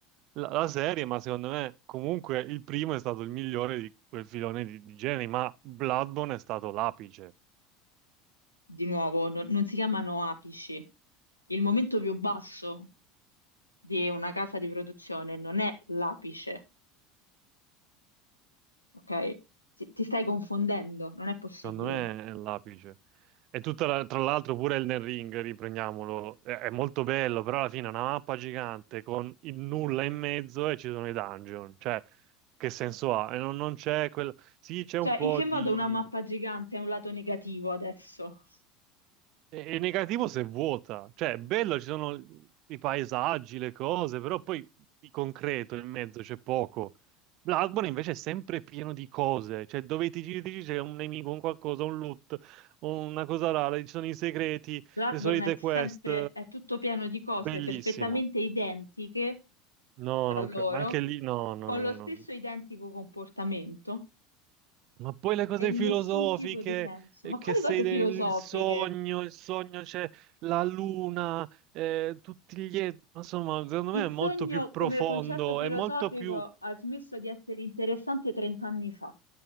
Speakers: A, on the right; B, on the left.
A: La, la serie, ma secondo me comunque il primo è stato il migliore di quel filone di, di generi, ma Bloodborne è stato l'apice.
B: Di nuovo, non, non si chiamano apici. Il momento più basso di una casa di produzione non è l'apice, ok? Ti, ti stai confondendo, non è possibile.
A: Secondo me è l'apice. E tutta la- tra l'altro pure Elden Ring, riprendiamolo, è, è molto bello, però alla fine è una mappa gigante con il nulla in mezzo e ci sono i dungeon. Cioè, che senso ha? E non, non c'è quel... Sì, c'è
B: Cioè,
A: un po'
B: in che
A: di...
B: modo una mappa gigante è un lato negativo adesso?
A: E e negativo se è vuota, cioè è bello, ci sono i paesaggi, le cose, però poi di concreto in mezzo c'è poco. Bloodborne invece è sempre pieno di cose, cioè dove ti giri, ti giri c'è un nemico, un qualcosa, un loot, una cosa rara, ci sono i segreti,
B: Bloodborne
A: le solite
B: è sempre,
A: quest,
B: è tutto pieno di cose
A: bellissimo.
B: perfettamente identiche
A: No,
B: tra
A: non
B: loro
A: cre- ma anche lì, no, no,
B: con
A: no,
B: lo stesso
A: no.
B: identico comportamento
A: Ma poi le cose
B: e nessun
A: filosofiche,
B: tipo di senso.
A: eh,
B: Ma
A: che
B: quali
A: sei
B: cose
A: de-
B: filosofiche?
A: il sogno, il sogno c'è la luna, eh, tutti gli... e- Insomma, secondo me
B: Il
A: è molto
B: sogno
A: più
B: come
A: profondo,
B: concetto filosofico
A: è molto più,
B: ha smesso di essere interessante 30 anni fa.